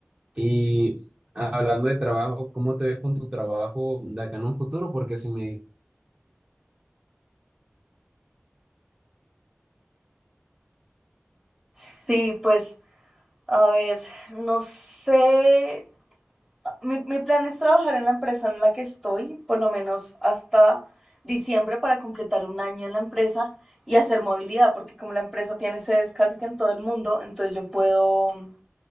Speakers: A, on the right; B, in the centre.
A: Y hablando de trabajo, ¿cómo te ves con tu trabajo de acá en un futuro? Porque si me...
B: Sí, pues, a ver, no sé, Mi, mi plan es trabajar en la empresa en la que estoy, por lo menos hasta diciembre, para completar un año en la empresa y hacer movilidad, porque como la empresa tiene sedes casi que en todo el mundo, entonces yo puedo mm,